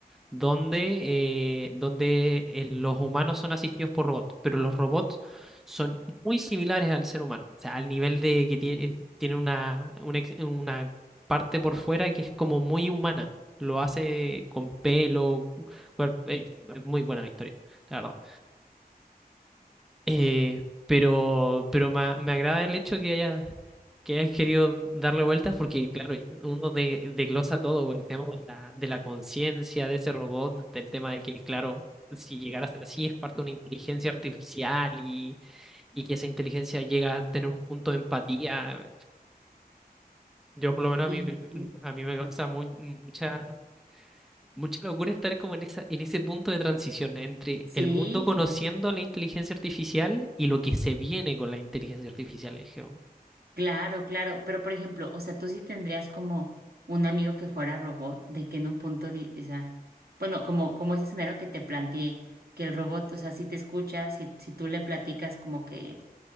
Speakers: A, in the centre; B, on the right.
A: donde, eh, donde eh, los humanos son asistidos por robots, pero los robots son muy similares al ser humano, o sea, al nivel de que tiene, tiene una, una, ex- una parte por fuera que es como muy humana, lo hace con pelo, cuerp- eh, es muy buena la historia, la verdad. Eh, pero pero me, me agrada el hecho que haya, que hayas querido darle vueltas porque, claro, uno de, desglosa todo, güey, el tema de la, de la conciencia de ese robot, del tema de que, claro, si llegara a ser así es parte de una inteligencia artificial y, y que esa inteligencia llega a tener un punto de empatía. Yo, por lo menos,
B: Sí.
A: a mí,
B: Sí.
A: a mí me causa muy, mucha Mucha locura estar como en esa, en ese punto de transición entre
B: Sí.
A: el mundo conociendo la inteligencia artificial y lo que se viene con la inteligencia artificial. Es como,
B: Claro, claro, pero por ejemplo, o sea, tú sí tendrías como un amigo que fuera robot, de que en un punto, di- o sea, bueno, como, como ese escenario que te planteé, que el robot, o sea, si te escucha, si, si tú le platicas como que